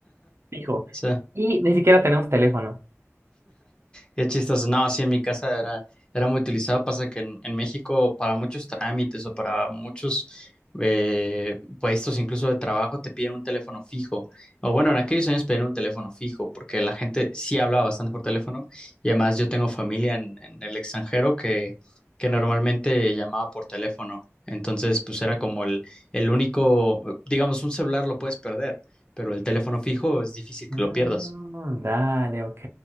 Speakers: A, on the right (about 55°); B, on the left (about 20°).
A: fijo,
B: sí.
A: y ni siquiera tenemos teléfono.
B: Qué chistoso. No, sí, en mi casa era, era muy utilizado. Pasa que en, en México para muchos trámites o para muchos eh, puestos, incluso de trabajo, te piden un teléfono fijo. O bueno, en aquellos años pedían un teléfono fijo porque la gente sí hablaba bastante por teléfono y además yo tengo familia en, en el extranjero que, que normalmente llamaba por teléfono. Entonces, pues era como el, el único, digamos, un celular lo puedes perder, pero el teléfono fijo es difícil
A: Mm,
B: que lo pierdas.
A: dale, ok,